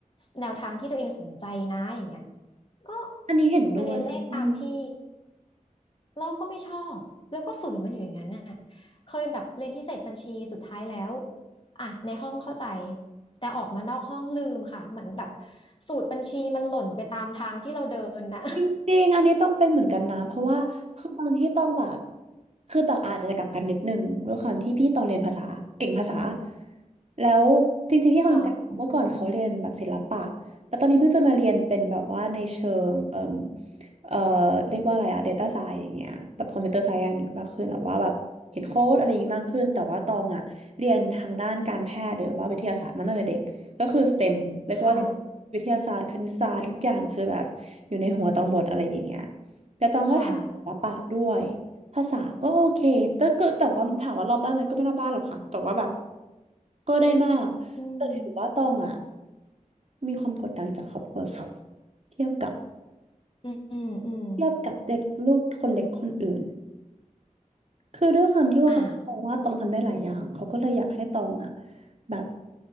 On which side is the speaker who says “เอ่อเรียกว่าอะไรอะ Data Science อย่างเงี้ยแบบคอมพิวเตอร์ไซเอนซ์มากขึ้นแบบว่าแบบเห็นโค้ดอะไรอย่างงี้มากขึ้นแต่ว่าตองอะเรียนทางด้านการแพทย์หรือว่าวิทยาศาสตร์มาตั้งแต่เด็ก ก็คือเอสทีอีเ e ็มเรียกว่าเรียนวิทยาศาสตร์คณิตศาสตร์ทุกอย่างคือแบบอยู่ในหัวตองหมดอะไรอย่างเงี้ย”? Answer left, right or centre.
Right